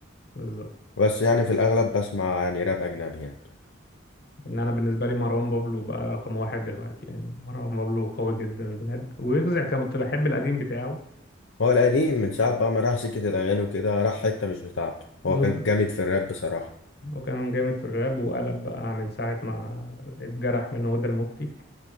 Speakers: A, on the left (about 50°); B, on the left (about 70°).
A: بالظبط
B: بس يعني في الاغلب بسمع يعني راب اجنبي يعني
A: ان انا بالنسبه لي مروان بابلو بقى رقم واحد دلوقتي يعني مروان بابلو قوي جدا بجد ويجزع كنت بحب القديم بتاعه
B: هو القديم من ساعة بقى ما راح سكة الأغاني وكده راح حتة مش بتاعته
A: بالظبط
B: هو كان جامد في الراب بصراحة
A: وكان جامد في الراب وقلب بقى من ساعه ما اتجرح من هدى المفتي